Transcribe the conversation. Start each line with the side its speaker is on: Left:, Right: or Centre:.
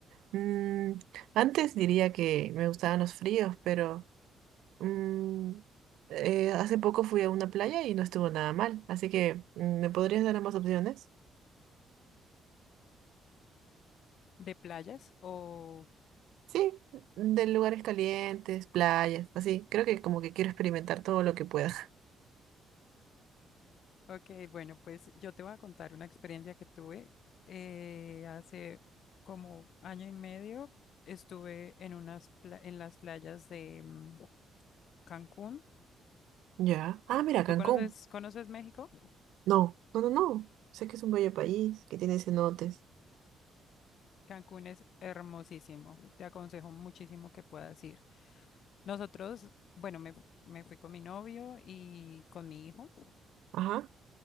Right: Mm, antes diría que me gustaban los fríos, pero mm, eh, hace poco fui a una playa y no estuvo nada mal. Así que, mm, ¿me podrías dar ambas opciones?
Left: ¿De playas? O,
Right: Sí, de lugares calientes, playas, así. Creo que como que quiero experimentar todo lo que pueda.
Left: ok, bueno, pues yo te voy a contar una experiencia que tuve eh, hace como año y medio. Estuve en unas pla- en las playas de mm, Cancún.
Right: Ya. Ah, mira, Cancún.
Left: ¿Tú conoces, conoces México?
Right: No, no, no, no. Sé que es un bello país, que tiene cenotes.
Left: Cancún es hermosísimo. Te aconsejo muchísimo que puedas ir. Nosotros, bueno, me, me fui con mi novio y con mi hijo
Right: Ajá.